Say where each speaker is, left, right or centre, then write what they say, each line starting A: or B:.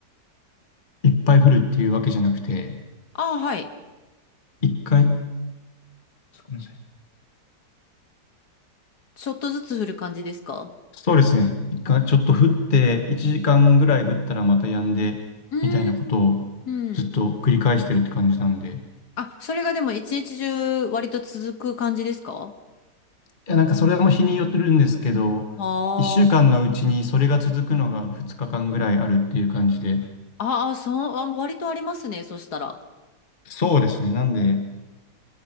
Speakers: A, on the left (about 30°); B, on the left (about 65°).
A: う、いっぱい降るっていうわけじゃなくて、
B: ああ、はい。
A: 一回、ちょっとごめんなさい。
B: ちょっとずつ降る感じですか
A: そうですね。一回ちょっと降って、1時間ぐらい降ったらまた止んで、
B: うーん。
A: みたいなことを
B: うん。
A: ずっと繰り返してるって感じなんで。
B: あ、それがでも一日中割と続く感じですか
A: いや、なんかそれも日によってるんですけど、
B: あ
A: 1週間のうちにそれが続くのが2日間ぐらいあるっていう感じで。
B: ーあー、そう、あ、割とありますね。そしたら。
A: そうですね。なんで、